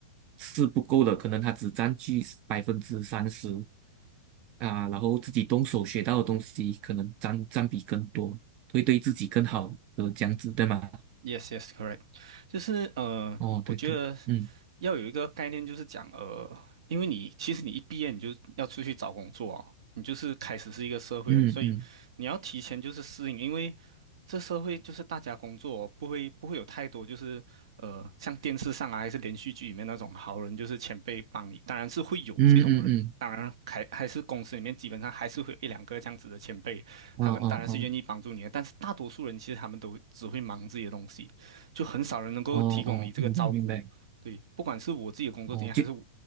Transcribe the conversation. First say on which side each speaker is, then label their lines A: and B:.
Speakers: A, on the right; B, on the right.
A: 是不够的，可能它只占据百分之三十啊，然后自己动手学到的东西可能占占比更多，会对自己更好的这样子，对吗？
B: Yes, yes, correct，就是呃，
A: 哦，对对，
B: 我觉得
A: 嗯
B: 要有一个概念，就是讲呃，因为你其实你一毕业你就要出去找工作哦，你就是开始是一个社会人，
A: 嗯嗯
B: 所以你要提前就是适应，因为这社会就是大家工作哦不会不会有太多就是呃，像电视上啊还是连续剧里面那种好人就是前辈帮你，当然是会有这种人，
A: 嗯嗯嗯，
B: 当然还还是公司里面基本上还是会有一两个这样子的前辈，
A: 哦哦哦
B: 他们当然是愿意帮助你的，但是大多数人其实他们都只会忙自己的东西，就很少人能够提供你这个照顾。
A: 哦哦，明白明白，
B: 对，不管是我自己的工作经验，
A: 哦就
B: 还是我